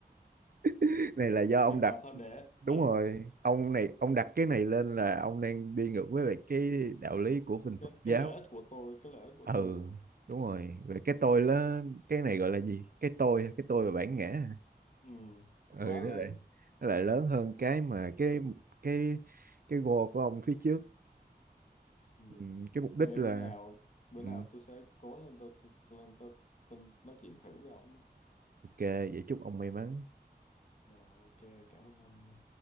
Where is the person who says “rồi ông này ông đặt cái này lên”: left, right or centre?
Right